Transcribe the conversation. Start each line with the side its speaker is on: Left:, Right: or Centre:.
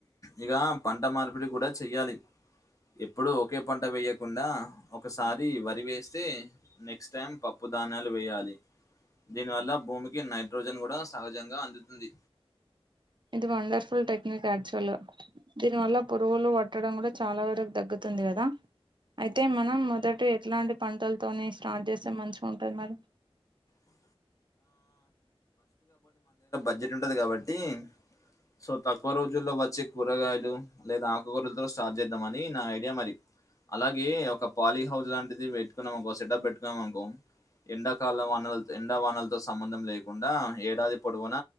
Left: ఇగా పంట మార్పిడి కూడా చెయ్యాలి. ఎప్పుడూ ఒకే పంట వేయకుండా ఒకసారి వరి వేస్తే నెక్స్ట్ టైమ్ పప్ ప్పు ధాన్యాలు వేయాలి. దీనివల్ల భూమికి నైట్రోజన్ కూడా సహజంగా అందుతుంది.
Right: ఇది వండర్ఫుల్ టెక్నిక్ యాక్చువల్గ దీని వల్ల పురుగులు పట్టడం గుడా చాలా వరకు తగ్గుతుం తుంది గదా అయితే మనం మొదటి ఎట్లాంటి పంటల్తోని స్టార్ట్ చేస్తే మంచిగుంటది మరి
Left: ఆ బబ్జెట్ ఉంటది కాబట్టీ సో తక్కువ రోజుల్లో వచ్చే కూరగాయలు లేదా ఆకుకూరలతో స్టార్ట్ చేద్దామనీ నా ఐడియా మరి. అలాగే ఒక పాలీ హౌస్ లాంటిది పెట్టుకున్నాం అనుకో సెటప్ పెట్టుకున్నాం అనుకో ఎంండకాలం అన్నా <unintelligible> ఎండ, వానల్తో సంబంధం లేకుండా ఏడాది పొడవున